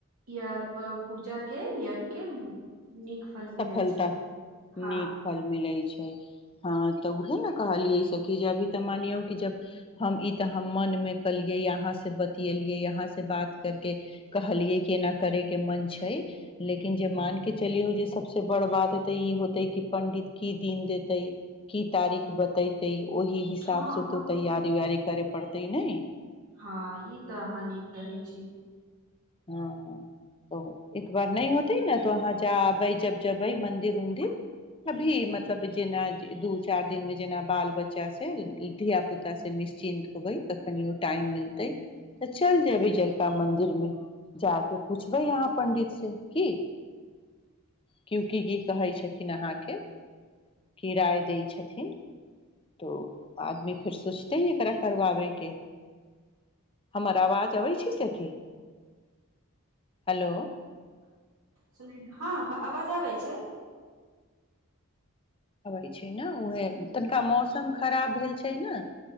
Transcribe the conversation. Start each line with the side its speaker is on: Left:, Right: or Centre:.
Right: यार पूजा के यज्ञ के नीक फल मिलै
Left: सफलता
Right: छै हँ
Left: नीक फल मिलय छय <unintelligible> हँ तऽ उहे ने कहलिय सब अभी तऽ मानियौ कि जब हम ई तऽ हम मन मे कलिये अहाँ से बतियलियै यहाँ से बात करके कहलियै कि एना करे के मन छै लेकिन जे मान के चलियऔ जे सब से बड़ बात हेते ई होते क पंडित की दिन देतै की तारीख बतैतै ओहि हिसाब
Right: हँ
Left: से
Right: हँ
Left: तू तैयारी उयारी करे पड़तै नहि
Right: हँ ई तऽ अहाँ नीक कहय छी
Left: हँ त एक बार नहि होतेै न तो अहाँ जाबै जब जेबय मंदिर उनदिर अभी मतलब जेना दू चार दिन मे जेना बाल बच्चा से धिया पुता से निश्चिन्त होबै कखनो टाइम मिलते तऽ चल जेबय जरका मदिर मे जााक पुछबै यहाँ पंडित से की क्युकी की कहैय छथिन अहाँ के की राय दैय छथिन तो आदमी कुछ पुछतै न एकरा करबाबे के हमर अबाज अबै छैय सखी हेलो
Right: सु हँ हँ आवाज आबैय छै
Left: अबै छै ने उएह तनिका मौसम खराब भेल छै ने